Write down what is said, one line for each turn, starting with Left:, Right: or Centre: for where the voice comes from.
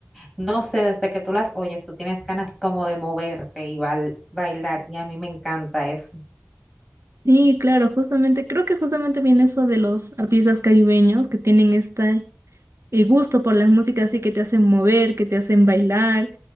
Centre: no sé, desde que tú las oyes, tú tienes ganas como de moverte y bail- bailar, y a mí me encanta eso.
Right: Sí, claro, justamente, creo que justamente viene eso de los artistas caribeños que tienen esta eh, gusto por las músicas así que te hacen mover, que te hacen bailar,